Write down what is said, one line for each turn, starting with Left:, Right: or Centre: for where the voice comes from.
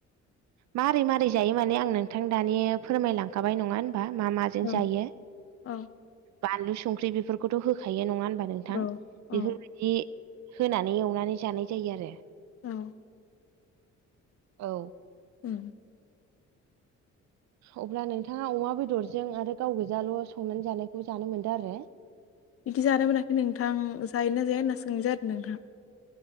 Right: मारै- मारै जायो माने आं नोंथां दानि फोरमायलांखाबाय नङा होनबा? मा- मा
Left: औ
Right: जायो
Left: औ
Right: बानलु, संख्रि बेफोरखौथ' होखायो नङा होनबा? नोंथां
Left: औ औ
Right: बेफोरबायदि होनानै एवनानै जानाय जायो आरो।
Left: औ।
Right: औ।
Left: उम।
Right: अब्ला नोंथाङा अमा बेदरजों आरो गाव गोजाल' संनानै जानायखौ जानो मोनदों आरो।
Left: बिदि जानो मोनाखै नोंथां जायो ना जाया होनना सोंनाय जादों नोंथां?